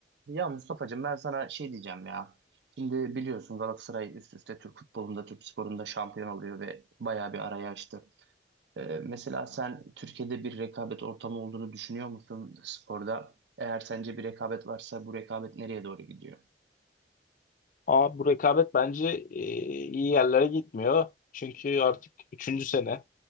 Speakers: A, on the right (about 75°); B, on the left (about 50°).
A: Ya Mustafa'cığım ben sana şey diyeceğim ya. Şimdi biliyorsun Galatasaray üst üste Türk futbolunda, Türk sporunda şampiyon oluyor ve bayağı bir araya açtı. Ee, mesela sen Türkiye'de bir rekabet ortamı olduğunu düşünüyor musun sporda? Eğer sence bir rekabet varsa bu rekabet nereye doğru gidiyor?
B: Ama bu rekabet bence e, iyi yerlere gitmiyor. Çünkü artık üçüncü sene